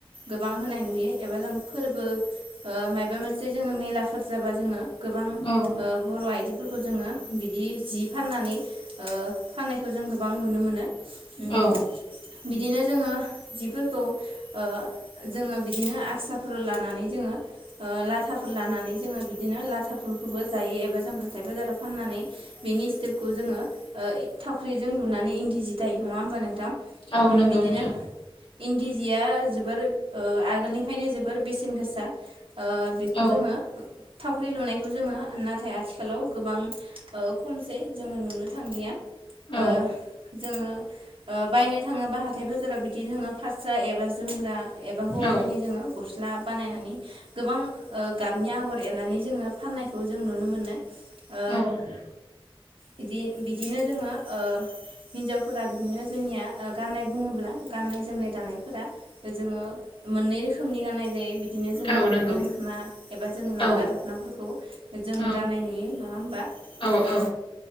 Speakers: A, on the right (about 75°); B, on the left (about 65°).
A: गोबां होनाय नुयो एबा जों फोरबो ओ माबा मोनसे जोंङो मेला फोर जाबा जोङो गोबां
B: उम
A: ओ बर' आइजो फोरखौ जोङो बिदि जि फाननानै ओ फाननायखौ जों गोबां नुनो मोनो उम
B: औ
A: <inaudible> बिदिनो जोङो जिफोरखौ ओ जोङो बिदिनो आस्राफोर लानानै जोंङो ओ लाथाफोर लानानै जोङो बिदिनो लाथाफोरखौबो जायोबा जों हाथाय बाजाराव फाननानै बिनि सेखौ जोंङो ओ थावख्रिजों लुनानै इन्दि जि दायो नङा होमबा नोंथां
B: औ
A: उम
B: नंगौ
A: बिदिनो
B: नोंथां।
A: इन्दि जिया जोबोर ओ आगोलनिफ्रायनो जोबोर बेसेन गोसा। ओ बेखौ
B: औ
A: जोङो। थावख्रि लुनायखौ जोङो नाथाय आथिखालाव गोबां ओ खमसै जोङो नुनो थां या
B: औ
A: ओ जोङो ओ बायनो थाङोब्ला हाथाय बाजाराव बिदि जोङो फास्रा एबा जोमग्रा एबा हौवाफोरनि
B: औ
A: जोङो गस्ला बानायनानै गोबां ओ गा बनि आगर एरनानै जोङो फाननायखौ जों नुनो मोनो ओ
B: औ
A: बिदि बिदिनो जोङो ओ हिन्जावफोरा बिदिनो जोंनिया ओ गान्नाय बुङोब्ला गाननाय जोमनाय दानायफोरा ओ जोंङो मोननै रोखोमनि गाननाय जायो बि बिदिनो जोङो
B: औ नंगौ
A: अग्रं दख'ना एबा जों लांगा
B: औ
A: दख'नाफोरखौ जों
B: औ
A: गाननाय नुयो नङा होमबा।
B: औ
A: ओ
B: औ